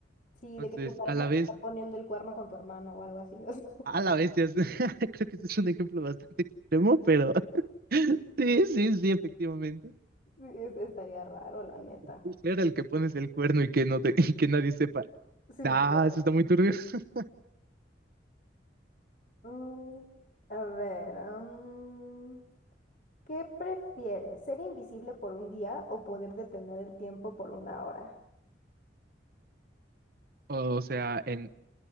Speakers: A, on the left; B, on the right.
A: Sí,
B: Entonces,
A: de que tu pareja
B: a la
A: te
B: vez,
A: está poniendo el cuerno con tu hermano o algo así. o sea,
B: a la vez, <laughs> creo que ese es un ejemplo bastante extremo, pero... <laughs> Sí, sí, sí, efectivamente.
A: <laughs> sí, es- estaría raro, la neta.
B: Tú Era el que pones el cuerno y que no te, <laughs> y que nadie sepa.
A: Sí,
B: Ah,
A: claro.
B: eso está muy turbio. <laughs>
A: Mm, a ver, mm, ¿qué prefieres? ¿Ser invisible por un día o poder detener el tiempo por una hora?
B: O sea, en